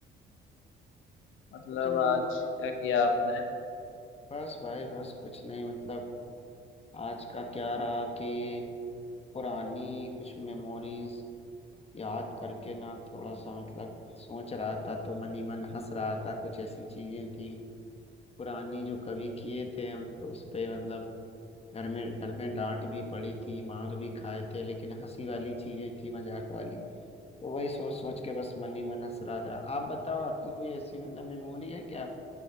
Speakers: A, on the left (about 80°); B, on the left (about 30°).
A: मतलब
B: कुछ नहीं
A: आज क्या किया आपने
B: बस भाई बस कुछ नहीं मतलब आज का क्या रहा कि पुरानी कुछ मेमोरीज याद करके ना थोड़ा सा मतलब सोच रहा था तो मन ही मन हंस रहा था कुछ ऐसी चीजें थी पुरानी जो कभी किए थे हम तो उस पे मतलब घर में घर में डांट भी पड़ी थी मार भी खाए थे लेकिन हंसी वाली चीजें थी मजाक वाली तो वही सोच सोच के बस मन ही मन हंस रहा था आप बताओ आपकी कोई ऐसी मतलब मेमोरी है क्या